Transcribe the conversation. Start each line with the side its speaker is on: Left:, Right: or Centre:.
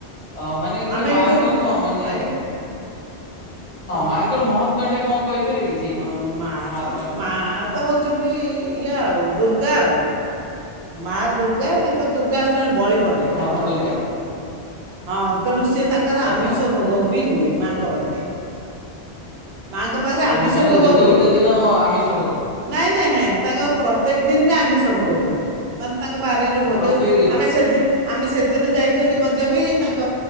Left: ଅ ମାନେ ସେ
Right: ଆମେ
Left: ମାଙ୍କ
Right: ଏଇଠୁ
Left: କଣ ମାନେ
Right: ଆଗେ ହଁ
Left: ମାଙ୍କର ମହାତ୍ମ୍ୟ ଟା କଣ କହିପାରିବେ କି ସେଇଠି
Right: ଅ ମା
Left: ମହାତ୍ମ୍ୟ
Right: କଣ
Left: ଟା
Right: ମା ତ ହଉଛନ୍ତି ଇଏା ଆଉ ଦୁର୍ଗା ଆଉ ମା ଦୁର୍ଗା ତାଙ୍କ ଦୁର୍ଗାଷ୍ଟାନ ବଳି ପଡ଼େ
Left: ହଁ
Right: ତାଙ୍କ
Left: ମା
Right: ପାଖରେ
Left: ଦୁର୍ଗା
Right: ହଁ ତ ନୁଶିତ ତାଙ୍କର
Left: ଆଚ୍ଛା
Right: ଆମିଷ ଭୋଗ ବି ହୁଏ ମା ଙ୍କ ପାଖରେ ମାଆଙ୍କ ପାଖରେ
Left: ଓହୋ
Right: ଆମିଷ
Left: ମାନେ
Right: ଭୋଗ
Left: ଦୁର୍ଗା
Right: ହୁଏ
Left: ପୂଜା ଦିନ ଆମିଷ ଭୋଗ ହୁଏ
Right: ନାଇଁ ନାଇଁ ନାଇଁ ନାଇ ତାଙ୍କ ପ୍ରତ୍ୟେକ ଦିନ ବି ଆମିଷ ଭୋଗ ହୁଏ। ହୁଏ। ମନ୍ତ ତାଙ୍କ ବାରରେ
Left: ଆଉ
Right: ବୋ
Left: ପ୍ରତ୍ୟେକ
Right: ଦେଉ
Left: ଦିନ
Right: ଆମେ ସେଦ ଆମେ ସେଦିନ ଯାଇଥିଲୁ ମଧ୍ୟ ବି ତାଙ୍କ